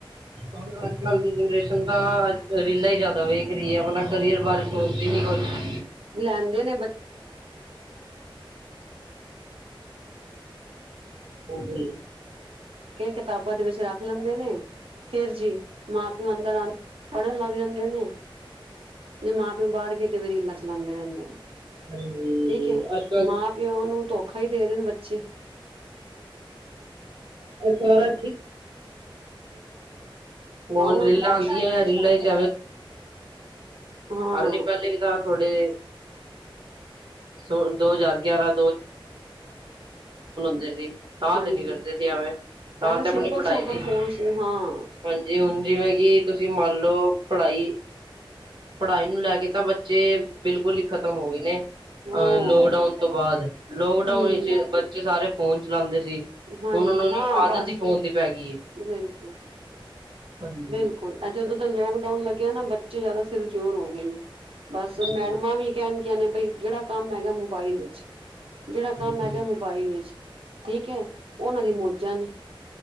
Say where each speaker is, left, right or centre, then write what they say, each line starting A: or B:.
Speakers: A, on the right (about 60°); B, on the right (about 85°).
A: ਹੁਣ ਅੱਜ ਕੱਲ ਦੀ ਜਨਰੇਸ਼ਨ ਤਾਂ ਰੀਲਾਾਂ ਹੀ ਜ਼ਿਆਦਾ ਵੇਖ ਰਹੀਏ ਆਪਣਾ ਕਰੀਅਰ ਬਾਰੇ ਸੋਚਦੀ ਨੀ ਕੁਛ
B: ਗਿਲ
A: ਹਾਂਜੀ
B: ਕਿਤਾਬਾਂ ਦੇ ਵਿੱਚ ਰੱਖ ਲੈਂਦੇ ਨੇ ਫੇਰ ਜੀ ਮਾਂ ਪਿਓ ਅੰਦਰ ਆ ਪੜ੍ਹਨ ਲੱਗ ਜਾਂਦੇ ਨੇ ਜੇ ਮਾਂ ਪਿਓ ਬਾਹਰ ਗਏ ਤੇ ਵ ਰੀਲਾ ਚਲਾਉਂਦੇ ਰਹਿੰਦੇ ਨੇ
A: ਹਾਂਜੀ
B: ਠੀਕ ਹੈ
A: ਅੱਜ ਕੱਲ
B: ਮਾਂ ਪਿਓ ਨੂੰ ਧੋਖਾ ਹੀ ਦੇ ਰਹੇ ਨੇ ਬੱਚੇ
A: ਆਈਫਾ ਹੁਣ
B: ਹੋਰ
A: ਰੀਲਾਂ
B: ਕੀ
A: ਆਉਂਦੀਆਂ ਰੀਲਾਂ
B: ਹਾਂ
A: ਚ
B: ਹਾਂ
A: ਹਰ ਨੀ ਪਹਿਲੇ ਵੀ ਤਾਂ ਥੋੜੇ ਸੋ ਦੋ ਹਜ਼ਾਰ ਗਿਆਰਾਂ ਚ
B: ਹਾਂਜੀ
A: ਤੇ ਐਵੇਂ ਤਾਂ
B: ਪਹਿਲਾਂ ਸਿੰਪਲ
A: ਆਪਣੀ ਪੜ੍ਹਾਈ
B: ਸੋਬਰ
A: ਦੀ ਹਾਂਜੀ
B: ਫੋਨ ਹਾਂ
A: ਜੀ ਹੁਣ ਜਿਵੇਂ ਕਿ ਤੁਸੀਂ ਮੰਨ ਲਓ ਪੜ੍ਹਾਈ ਪੜ੍ਹਾਈ ਨੂੰ ਲੈ ਕੇ ਤਾਂ ਬੱਚੇ ਬਿਲਕੁਲ ਹੀ ਖਤਮ ਹੋ ਗਏ ਨੇ
B: ਹੋਰ
A: ਅਹ ਲੋਕਡਾਊਨ ਤੋਂ ਬਾਅਦ ਲੋਕਡਾਊਨ
B: ਹੂੰ,
A: ਵਿੱਚ ਬਚ ਬੱਚੇ ਸਾਰੇ ਫੋਨ ਚਲਾਉਂਦੇ ਸੀ
B: ਹਾਂਜੀ
A: ਹੁਣ ਉਹਨਾਂ ਨੂੰ
B: ਹਾਂ
A: ਆਦਤ
B: ਬਸ
A: ਹੀ ਫੋਨ ਦੀ ਪੈ ਗਈ ਏ।
B: ਬਿਲਕੁਲ
A: ਹਾਂਜੀ।
B: ਬਿਲਕੁਲ, ਇਹ ਜਦੋਂ ਦਾ ਲੋਕਡਾਊਨ ਲੱਗਿਆ ਨਾ, ਬੱਚੇ ਜਾਦਾ ਸਿਰ ਜੋੋਰ ਹੋ ਗਏ ਨੇ। ਬਸ
A: ਜੀ
B: ਮੈਡਮਾਂ ਵੀ ਕਹਿਣਗੀਆਂ ਨੇ ਬਈ ਜਿਹੜਾ ਕੰਮ ਹੈਗਾ ਮੋਬਾਈਲ ਵਿਚ ਜਿਹੜਾ
A: ਜੀ
B: ਕੰਮ
A: ਜੀ।
B: ਹੈਗਾ ਮੋਬਾਈਲ ਵਿੱਚ ਠੀਕ ਹੈ ਉਹਨਾਂ ਦੀ ਮੌਜਾਂ ਨੇ